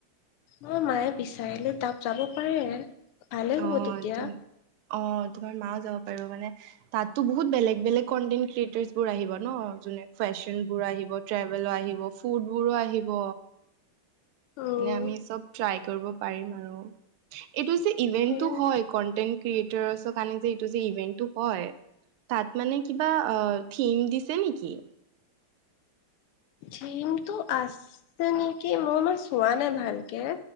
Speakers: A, on the left; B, on the right.
A: মই মায়ে বিচাৰিলে তাত যাব পাৰে ভালে
B: অ
A: হব তেতিয়া।
B: তুমি অ তোমাৰ মাও যাব পাৰো মানে তাতো বহুত বেলেগ বেলেগ কন্টেন্ট ক্ৰিয়েটাৰ্চ বোৰ আহিব ন। যুনে ফেশ্বন বোৰ আহিব ট্ৰেভেলো আহিব ফুড বোৰো আহিব।
A: উম
B: এনে আমি চব ট্ৰাই কৰিব পাৰিম আৰু। এইটো যে ইভেন্টটো
A: সেইয়াই
B: হয়, কনটেন্ট ক্ৰিয়েটাৰৰ কাৰণে যে এইটো যে ইভেন্টটো হয়। তাত মানে কিবা থিম দিছে নেকি।
A: থিমটো আছে নেকি মই ইমান চোৱা নাই ভালকে।